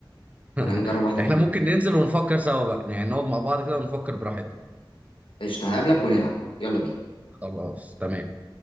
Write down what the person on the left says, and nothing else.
ولا نجرب واحدة
كمان
قشطة هقابلك ونلعب يلا بينا